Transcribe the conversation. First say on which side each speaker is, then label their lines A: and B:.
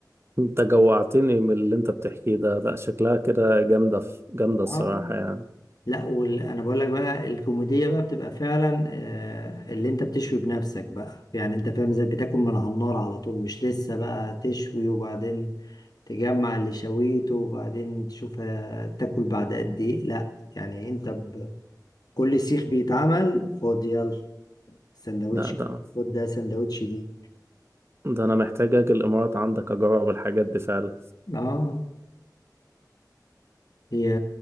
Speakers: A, on the right; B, on the left.
A: انت جوعتني من اللي انت بتحكيه ده لا شكلها كده جامدة في جامدة
B: اه
A: الصراحة يعني
B: لا وال... انا بقول لك بقى الكوميديا بقى بتبقى فعلا آه، اللي انت بتشوي بنفسك بقى يعني انت فاهم ازاي بتاكل من على النار على طول مش لسه بقى تشوي وبعدين تجمع اللي شويته وبعدين تشوف آه، تاكل بعد قد ايه لا يعني انت ب... كل سيخ بيتعمل خد يلا سندوتش
A: لا ده
B: خد ده سندوتش دي
A: ده انا محتاج اجي الامارات عندك اجرب الحاجات دي فعلا
B: اه هي